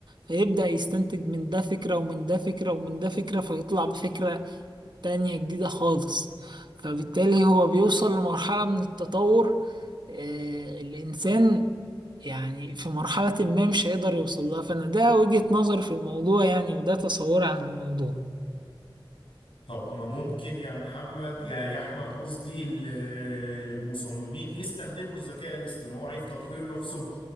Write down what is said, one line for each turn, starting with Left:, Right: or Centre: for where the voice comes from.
Right: فيبدأ يستنتج من ده فكرة ومن ده فكرة ومن ده فكرة فيطلع بفكرة تانية جديدة خالص فبالتالي هو بيوصل لمرحلة من التطور آه، الإنسان يعني في مرحلة ما مش هيقدر يوصل لها فأنا ده وجهة نظري في الموضوع يعني وده تصوري عن الموضوع
Left: طب ما ممكن يا محمد يا يا احمد قصدي المصممين يستخدموا الذكاء الاصطناعي في تطوير نفسهم